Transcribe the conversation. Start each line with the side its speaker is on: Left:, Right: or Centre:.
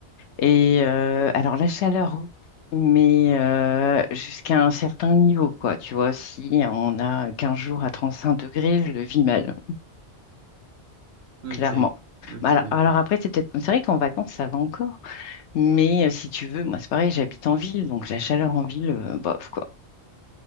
Left: Et euh, alors la chaleur, oui, mais euh, jusqu'à un certain niveau, quoi. Tu vois, si on a 15 jours à 35 degrés, je le vis mal,
Right: Ok,
Left: clairement.
Right: ok,
Left: Bah, Alors,
Right: d'accord.
Left: alors après, c'est peut-être, c'est vrai qu'en vacances, ça va encore. Mais euh, si tu veux, moi, c'est pareil, j'habite en ville, donc la chaleur en ville, euh, bof, quoi.